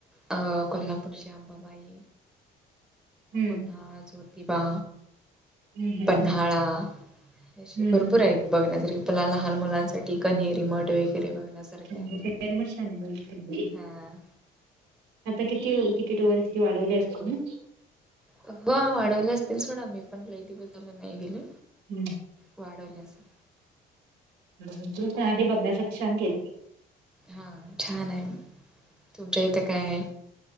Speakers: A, in the centre; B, on the right.
A: अ... कोल्हापूरची अंबाबाई
B: हम्म
A: पुन्हा ज्योतिबा
B: हम्म
A: पन्हाळा... असे
B: हम्म
A: भरपूर ए. बघण्यासारखला लहान मुलांसाठी कन्हेरि मठ वगैरे बघण्यासारखे
B: हो
A: आहे.
B: म ान
A: हा
B: आता किती तिकीट वगैरे तिती वाढवले असते ना
A: अ वाढवले असतील सोडा मी पण लई बघ त्याला नाही गेले
B: हम्म
A: वाढवले असं
B: ह तू का आहे बघण्यासाठी्छान गेले
A: हा छान आहे तुमच्या इथं काय आहे